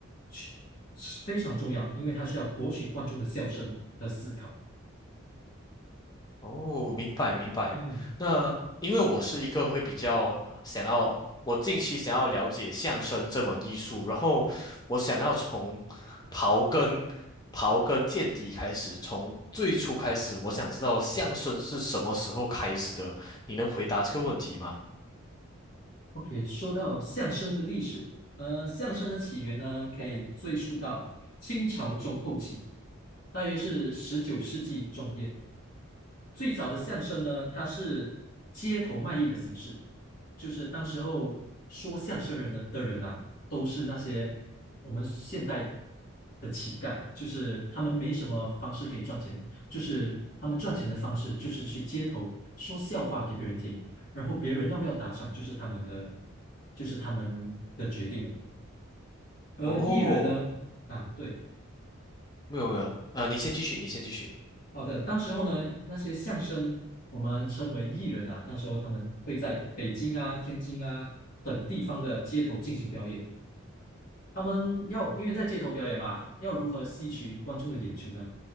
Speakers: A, on the left; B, on the left.
A: 是是非常重要，因为它需要博取观众的笑声和思考。
B: 哦，明白明白。
A: 嗯
B: 那因为我是一个会比较想要，我近期想要了解相声这门艺术，然后我想要从刨根刨根见底开始，从最初开始，我想知道相声是什么时候开始的。你能回答这个问题吗？
A: ，OK，说到相声的历史，呃，相声的起源呢，可以追溯到清朝中后期，大约是十九世纪中叶。最早的相声呢，它是街头卖艺的形式，就是当时候说相声人的的人啊，都是那些我们现代的乞丐，就是他们没什么方式可以赚钱，就是他们赚钱的方式就是去街头说笑话给别人听，然后别人要不要打赏就是他们的，就是他们的决定了。而艺人呢，
B: 哦，
A: 啊，对。
B: 没有没有，呃，你先继续，你先继续。
A: 好的，当时候呢，那些相声我们称为艺人啊，当时候他们会在北京啊、天津啊等地方的街头进行表演。他们要因为在街头表演嘛，要如何吸取观众的眼球呢？